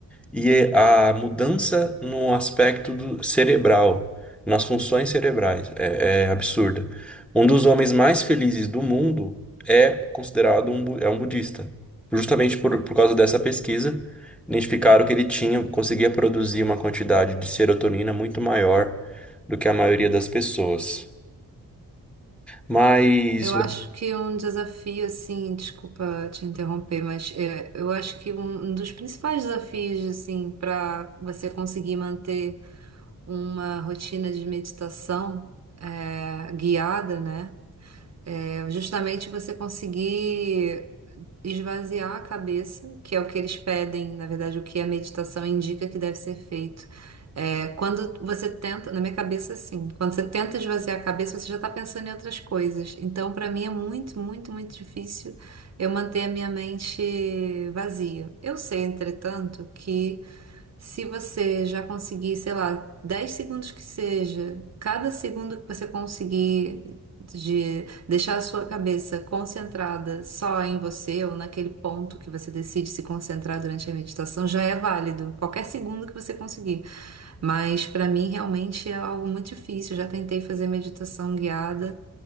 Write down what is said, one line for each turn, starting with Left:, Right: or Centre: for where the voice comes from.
Centre: e é a mudança no aspecto do cerebral, nas funções cerebrais, é, é absurda. Um dos homens mais felizes do mundo é considerado um, bu- é um budista. Justamente por, por causa dessa pesquisa, identificaram que ele tinha, conseguia produzir uma quantidade de serotonina muito maior do que a maioria das pessoas. Mas,
Right: eu acho que um desafio, assim, desculpa te interromper, mas é, eu acho que um, um dos principais desafios, assim, para você conseguir manter uma rotina de meditação é, guiada, né? É justamente você conseguir. esvaziar a cabeça, que é o que eles pedem, na verdade, o que a meditação indica que deve ser feito. É, quando você tenta, na minha cabeça, assim, quando você tenta esvaziar a cabeça, você já está pensando em outras coisas. Então, para mim, é muito, muito, muito difícil eu manter a minha mente vazia. Eu sei, entretanto, que se você já conseguir, sei lá, 10 segundos que seja, cada segundo que você conseguir de deixar a sua cabeça concentrada só em você ou naquele ponto que você decide se concentrar durante a meditação, já é válido. Qualquer segundo que você conseguir. Mas para mim realmente é algo muito difícil. Eu Já tentei fazer meditação guiada